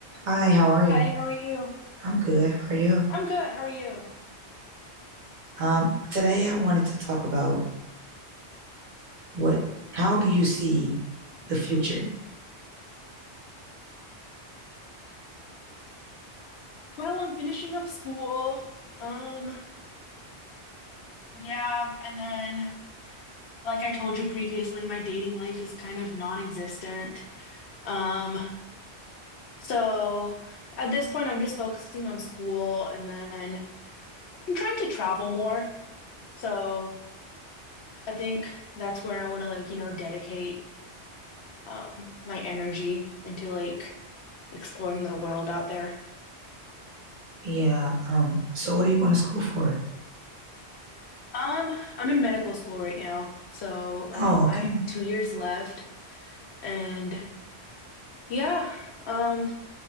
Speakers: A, on the right; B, on the left.
A: Hi, how are you?
B: Hi, how are you?
A: I'm good. How are you?
B: I'm good. How are you?
A: Um, today I wanted to talk about what, how do you see the future?
B: Well, I'm finishing up school. Um, yeah, and then like I told you previously, my dating life is kind of non-existent. Um, so at this point I'm just focusing on school and then I'm trying to travel more. So I think that's where I want to like, you know, dedicate um my energy into like exploring the world out there.
A: Yeah, um, so what are you going to school for?
B: Um, I'm in medical school right now, so um,
A: Oh, okay.
B: I have two years left, and yeah, um,